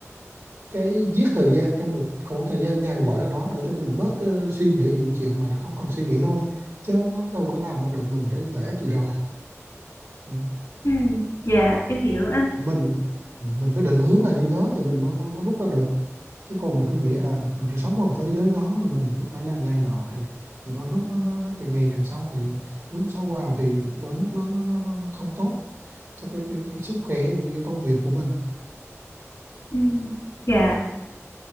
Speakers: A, on the right; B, on the left.
A: cái giết thời gian trong một khoảng thời gian nhàn rỗi nào đó để cho mình bớt ờ, suy nghĩ những chuyện mà nó không còn suy nghĩ thôi chứ nó đâu có làm ra được mình cái lợi ích gì đâu Ừ.
B: ừ dạ em hiểu anh
A: mình mình phải định hướng là như thế thì mình mới, mới, mới rút ra được chứ còn mình cứ nghĩ à mình cứ sống vào thế giới đó rồi mình cứ phải làm này nọ thì thì đôi lúc nó nó, nó càng ngày càng sâu thì lúc sâu vào thì đôi lúc nó nó nó, nó nó không tốt cho cái, cái, cái sức khỏe cũng như cái công việc của mình
B: ừ dạ